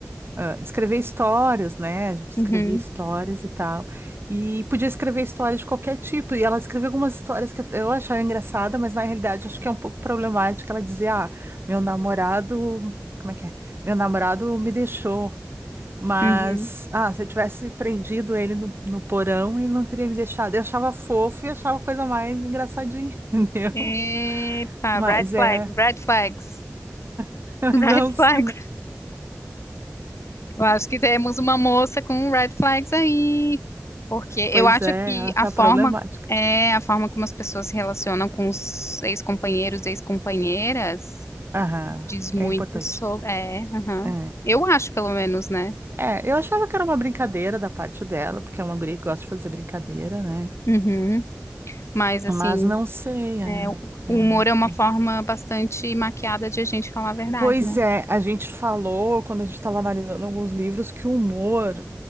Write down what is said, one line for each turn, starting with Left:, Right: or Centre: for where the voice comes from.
Right: ah, escrever histórias, né? A gente escrevia
Left: Uhum,
Right: histórias e tal. E podia escrever histórias de qualquer tipo. E ela escreveu algumas histórias que eu achava engraçada, mas na realidade acho que é um pouco problemática. Ela dizia: Ah, meu namorado. Como é que é? Meu namorado me deixou. Mas,
Left: uhum.
Right: ah, se eu tivesse prendido ele no, no porão, ele não teria me deixado. Eu achava fofo e achava a coisa mais engraçadinha, <laughs> entendeu?
Left: Epa,
Right: Mas
Left: red flags,
Right: é.
Left: red flags,
Right: <laughs> Mas
Left: <laughs> red
Right: Não, se
Left: flags. Eu acho que temos uma moça com red flags aí, porque
Right: Pois
Left: eu acho
Right: é,
Left: que
Right: ela tá
Left: a forma
Right: problemática.
Left: é a forma como as pessoas se relacionam com os ex-companheiros, ex-companheiras,
Right: Aham,
Left: diz muito
Right: é importante.
Left: sobre. É, aham.
Right: É.
Left: Eu acho, pelo menos, né?
Right: É, eu achava que era uma brincadeira da parte dela, porque é uma guria que gosta de fazer brincadeira, né?
Left: Uhum. Mas assim,
Right: Mas não sei, é,
Left: é, o
Right: é,
Left: humor
Right: eu acho
Left: é uma
Right: que.
Left: forma bastante maquiada de a gente falar a verdade,
Right: Pois
Left: né?
Right: é, a gente falou, quando a gente estava analisando alguns livros, que o humor,